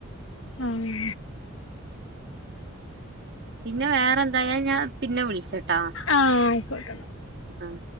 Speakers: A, on the left; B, on the right.
A: ആഹ്
B: പിന്നെ വേറെ എന്തായാ ഞാൻ പിന്നെ വിളിച്ചാട്ടാ
A: ആഹ് അയിക്കോട്ടന്ന
B: ആഹ്